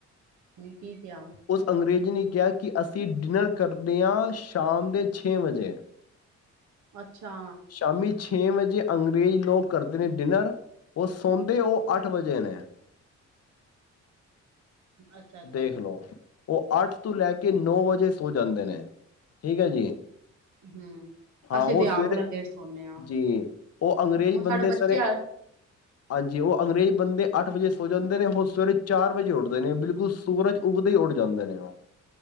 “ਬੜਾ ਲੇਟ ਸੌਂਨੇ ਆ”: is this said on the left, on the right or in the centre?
Right